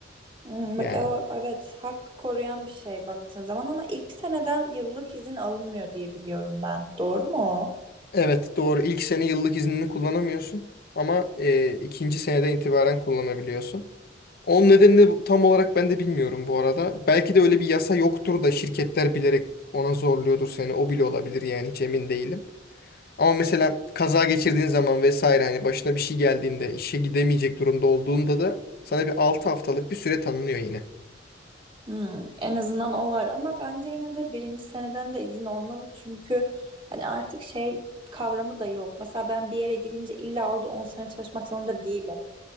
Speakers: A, on the right; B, on the left.
A: Hmm,
B: Yani.
A: bak o, evet hak koruyan bir şey baktığın zaman ama ilk seneden yıllık izin alınmıyor diye biliyorum ben. Doğru mu o?
B: Evet doğru. İlk sene yıllık iznini kullanamıyorsun ama e, ikinci seneden itibaren kullanabiliyorsun. Onun nedenini bu- tam olarak ben de bilmiyorum bu arada. Belki de öyle bir yasa yoktur da şirketler bilerek ona zorluyordur seni. O bile olabilir yani hiç emin değilim. Ama mesela kaza geçirdiğin zaman vesaire hani başına bir şey geldiğinde işe gidemeyecek durumda olduğunda da sana bir 6 haftalık bir süre tanınıyor yine.
A: Hmm, en azından o var ama bence yine de birinci seneden de izin olmalı çünkü hani artık şey kavramı da yok. Mesela ben bir yere girince illa orada 10 sene çalışmak zorunda değilim.